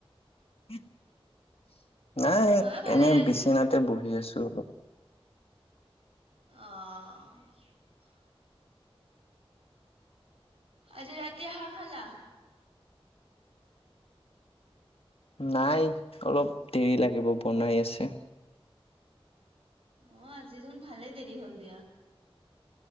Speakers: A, on the left; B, on the right.
A: <inaudible> নাই
B: ময়ো ভালে
A: এনে
B: আছো
A: বিচনাতে বহি আছো। অ।
B: আহ। আজি ৰাতি আহাৰ খালা?
A: নাই অলপ দেৰি লাগিব, বনাই আছে।
B: অ আজি জুন ভালেই দেৰি হল দিয়া।